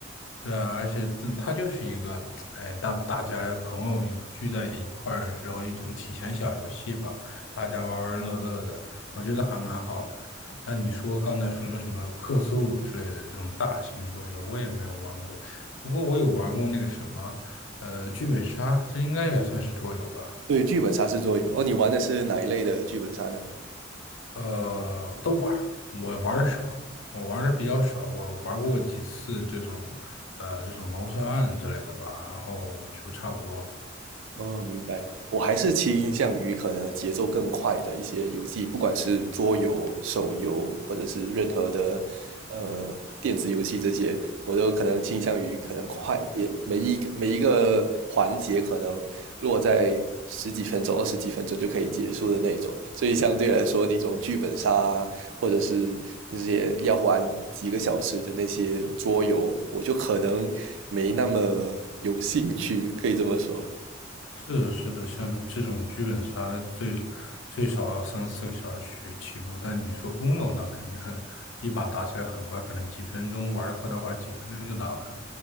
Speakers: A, on the left; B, on the right.
A: 对啊，而且这它就是一个，哎，大大家朋友一聚在一块儿的时候一种体闲小游戏吧，大家玩玩乐乐的，我觉得还蛮好的。但你说刚才说的什么克苏鲁之类的这种大型桌游，我也没有玩过，不过我有玩过那个什么，呃，剧本杀，这应该也算是桌游吧。
B: 对，剧本杀是桌游。哦，你玩的是哪一类的剧本杀呢？
A: 呃，都玩儿，我玩的少，我玩的比较少，我玩过几次这种，呃，这种谋杀案之类的吧，然后就差不多。
B: 哦，明白。我还是倾向于可能节奏更快的一些游戏，不管是桌游、手游，或者是任何的呃电子游戏这些，我都可能倾向于可能快，也每一个每一个环节可能落在十几分钟、二十几分钟就可以结束的那种。所以相对来说，那种剧本杀啊或者是那些要玩几个小时的那些桌游，我就可能没那么有兴趣，可以这么说。
A: 是的，是的，像这种剧本杀的最最少要三四个小时去起步，但你说 Uno 那肯定很一把打起来很快，可能几分钟玩的快的话，几分钟就打完了。